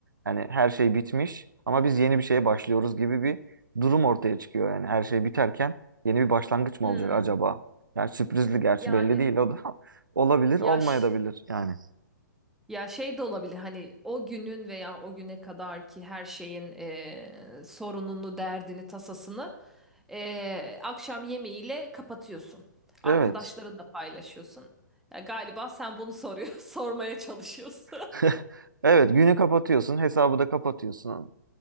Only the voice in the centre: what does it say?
Hmm.
Yani
yaş
Ya şey de olabilir hani o günün veya o güne kadar ki her şeyin eee, sorununu, derdini, tasasını eee, akşam yemeğiyle kapatıyorsun. Arkadaşlara
da paylaşıyorsun. Ya galiba sen bunu soruyor, <laughs> sormaya çalışıyorsun. <laughs>